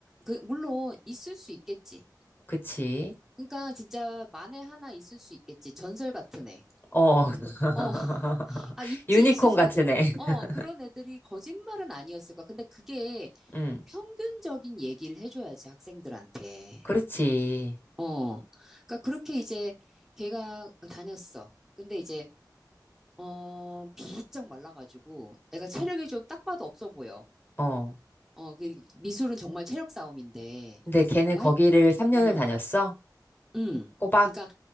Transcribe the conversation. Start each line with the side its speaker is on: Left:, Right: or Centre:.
Centre: 그, 물론, 있을 수 있겠지.
Left: 그치.
Centre: 그러니까 진짜 만에 하나 있을 수 있겠지. 전설 같은 애.
Left: 어, <laughs>
Centre: 어, <laughs> 아, 있지,
Left: 유니콘
Centre: 있을 수,
Left: 같은
Centre: 그,
Left: 애.
Centre: 어,
Left: <laughs>
Centre: 그런 애들이 거짓말은 아니었을 거야. 근데 그게
Left: 응,
Centre: 평균적인 얘기를 해줘야지, 학생들한테.
Left: 그렇지.
Centre: 어, 그러니까 그렇게 이제 걔가 다녔어. 근데 이제, 어, 비쩍 말라가지고 애가 체력이
Left: 어.
Centre: 좀 딱 봐도 없어 보여.
Left: 어.
Centre: 어, 그 미술은 정말 체력 싸움인데.
Left: 근데 걔는
Centre: 뭐
Left: 거기를 3년을
Centre: 음,
Left: 다녔어?
Centre: 음.
Left: 꼬박?
Centre: 그러니까